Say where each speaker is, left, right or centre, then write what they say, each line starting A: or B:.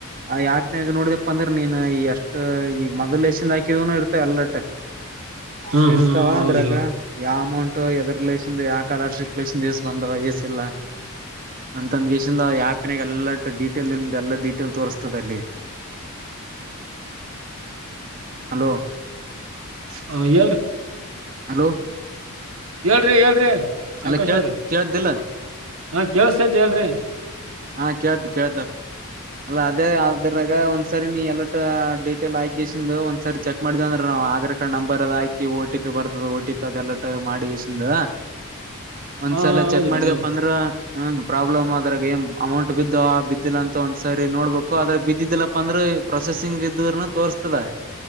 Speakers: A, on the right; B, on the right.
A: ಯಾತ್ನಾಗ ನೋಡಿದಪ್ಪ ಅಂದ್ರ ನೀನ್ ಎಷ್ಟು ಈಗ ಮೊದಲ್ ಲಸಿಂದ ಹಾಕಿದ ಅಲ್ಲಟೆ ಇಷ್ಟ
B: ಹ್ಮ್ ಹ್ಮ್ ಹ್ಮ್
A: ಇರ್ತಾವ
B: ಹೌದ್ರಿ
A: ಅದ್ರಾಗ ಯ ಅಮೌಂಟ್ ಯಡೂರ್ ಆಯಿತೇ ಬಂದ ಅಂತಂದ ಯಾಪ್ನಾಗ ಎಲ್ಲ ಡೀಟೇಲ್ಂದ ಎಲ್ಲ ಡೀಟೇಲ್ ತೋರ್ರಿಸತದೆ ಅಲ್ಲಿ ಹಲೋ
B: ಹ ಹೇಳಿ
A: ಹಲೋ
B: ಹೇಳ್ರಿ ಹೇಳ್ರಿ
A: ಅಲ್ಲ
B: ಆಕಾಶ
A: ಕೇಳ್
B: ಅವ್ರಿ
A: ಕೇಳ್ದಿಲ್ಲ
B: ಹಾ ಕೆಲ್ಸೈತ್ ಹೇಳ್ರಿ
A: ಹಾ ಕ್ದು ಕೇಳ್ತ ಅಲ್ಲ ಅದೇ ಅದ್ರಾಗ ಒಂದ್ಸರಿ ನೀ ಎಲ್ಲ ಡೀಟೇಲ್ ಆಗಸಂದು ಒಂದ್ಸರಿ ಚೆಕ್ ಮಾಡ್ದ ಅಂದ್ರ ಆಗ್ರ ಕಾರ್ಡ್ ನಂಬರ್ ಅ ಹಾಕಿ ಟಿ ಪಿ ಬರ್ತದ ಓ ಟಿ ಪಿ ಅದೆಲ್ಲ ಮಾಡಿಿಂದ ಒಂದ್ಸಲ
B: ಹಾ ಹೌದ್ರಿ
A: ಚೆಕ್ ಮಾಡಿದಪ್ಪ
B: ಹ್ಮ್
A: ಅಂದ್ರ ಹ್ಮ ಪ್ರಾಬ್ಲಮ್ ಆದದ್ರಾಗ ಏನ್ ಅಮೌಂಟ್ ಬಿದ್ದ ಬಿದ್ದಿಲ್ಲ ಅಂತ ಒಂದ್ಸರಿ ನೋಡ್ಬೇಕು ಆದ್ರೆ ಬಿದ್ದಿದ್ದಿಲ್ಲಪ್ಪಾ ಅಂದ್ರೆ ಪ್ರೊಸೆಸಿಂಗ್ ಇದ ತೋರ್ ತದ